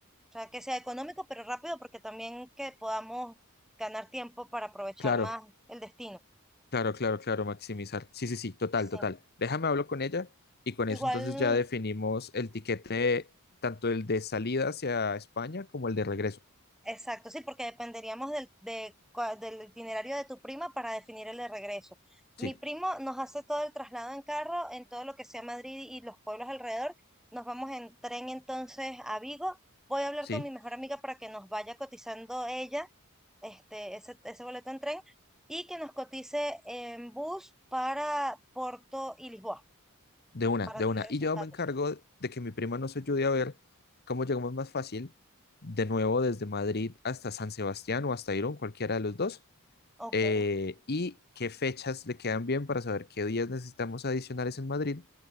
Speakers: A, in the centre; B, on the left (about 45°).
A: sea, que sea económico pero rápido, porque también que podamos ganar tiempo para aprovechar
B: claro,
A: más el destino.
B: claro, claro, claro, maximizar. Sí, sí, sí, total,
A: Sí.
B: total. Déjame hablo con ella y con
A: Igual
B: eso entonces ya definimos el tiquete, tanto el de salida hacia España como el de regreso.
A: Exacto, sí, porque dependeríamos del, de cua- del itinerario de tu prima para definir el de regreso. Mi
B: Sí,
A: primo nos hace todo el traslado en carro, en todo lo que sea Madrid y los pueblos alrededor. Nos vamos en tren entonces a Vigo. Voy a hablar
B: sí.
A: con mi mejor amiga para que nos vaya cotizando ella este, ese, ese boleto en tren y que nos cotice en bus para Porto y Lisboa,
B: De una,
A: para
B: de
A: tener
B: una.
A: esos
B: Y yo
A: datos.
B: me encargo de que mi prima nos ayude a ver cómo llegamos más fácil, de nuevo desde Madrid hasta San Sebastián o hasta Irún, cualquiera de los dos,
A: Ok,
B: eh, y qué fechas le quedan bien para saber qué días necesitamos adicionales en Madrid